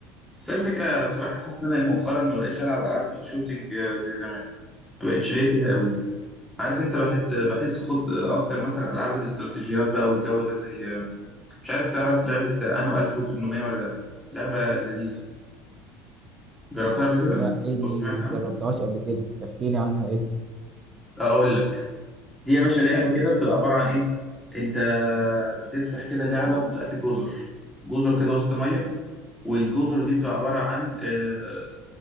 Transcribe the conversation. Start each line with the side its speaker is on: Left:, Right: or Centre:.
Centre: بس الفكره بصراحه حاسس ان انا إيه، مؤخرا ما بقتش العب العاب الشوتينج آه، زي زمان ما بقتش ليه فيها قوي عارف انت بحس بحس خد اكتر مثلا العاب الاستراتيجيات بقى والجو ده زي مش عارف تعرف لعبه انو 1800 ولا لا لعبه لذيذه جربتها قبل كده
Right: لا ايه دي
Centre: لو سمعت عنها
Right: جربتهاش قبل كده احكي لي عنها ايه دي
Centre: اقول لك دي يا باشا لعبه كده بتبقى عباره عن ايه انت بتفتح كده اللعبه بتبقى في جزر جزر كده وسط ميه والجزر دي بتبقى عباره عن آه،